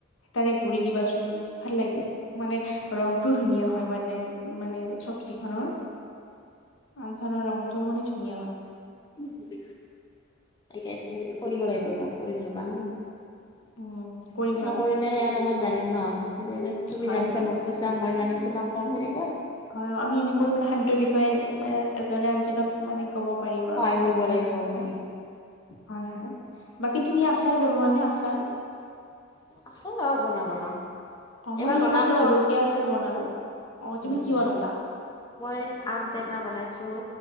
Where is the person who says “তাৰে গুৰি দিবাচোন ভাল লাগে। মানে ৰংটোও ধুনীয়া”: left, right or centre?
Left